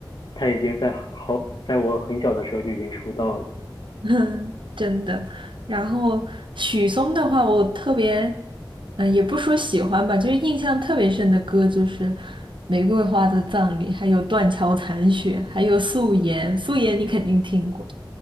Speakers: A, on the left; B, on the right.
A: 他已经在好，在我很小的时候就已经出道了，
B: <laughs> 嗯，真的。然后许嵩的话，我特别，嗯、也不说喜欢吧，就是印象特别深的歌就是《玫瑰花的葬礼》，还有《断桥残雪》，还有《素颜》，《素颜》你肯定听过。